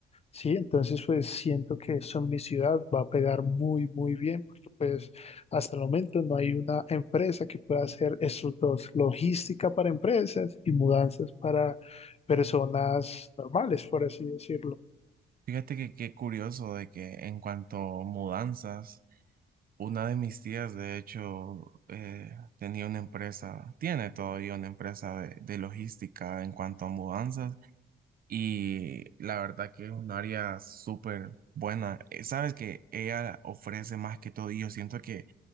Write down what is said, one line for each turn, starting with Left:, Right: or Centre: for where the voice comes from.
Left: Sí, entonces pues siento que eso en mi ciudad va a pegar muy, muy bien, porque pues hasta el momento no hay una empresa que pueda hacer esos dos, logística para empresas y mudanzas para personas normales, por así decirlo.
Right: Fíjate que qué curioso de que en cuanto a mudanzas, una de mis tías, de hecho, eh, tenía una empresa, tiene todavía una empresa de de logística en cuanto a mudanzas. Y la verdad que es un área súper buena. Eh, Sabes que ella ofrece más que todo, y yo siento que,